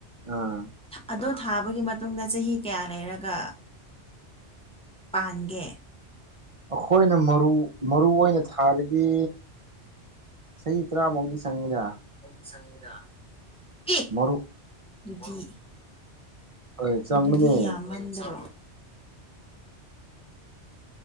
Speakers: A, on the right (about 40°); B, in the centre.
A: ꯑꯥ
B: ꯑꯗꯣ ꯊꯥꯕꯒꯤ ꯃꯇꯨꯡꯗ ꯆꯍꯤ ꯀꯌꯥ ꯂꯩꯔꯒ ꯄꯥꯟꯒꯦ
A: ꯑꯈꯣꯏꯅ ꯃꯛ ꯃꯔꯨ ꯃꯔꯨ ꯑꯣꯏꯅ ꯊꯥꯔꯤꯗꯤ ꯆꯍꯤ ꯇꯔꯥꯃꯨꯛꯗꯤ ꯆꯪꯉꯤꯗ
B: ꯆꯪꯉꯤꯗ ꯑꯦ
A: ꯃꯥꯔꯨ
B: ꯑꯗꯨꯗꯤ
A: ꯑꯣꯏ ꯆꯪꯕꯅꯦ
B: ꯑꯗꯨꯗꯤ ꯌꯥꯝꯃꯟꯗ꯭ꯔꯣ